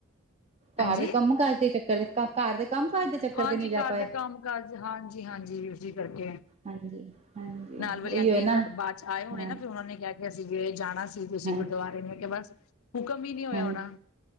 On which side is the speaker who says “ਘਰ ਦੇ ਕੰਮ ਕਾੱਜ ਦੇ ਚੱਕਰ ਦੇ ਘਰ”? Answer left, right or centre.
Right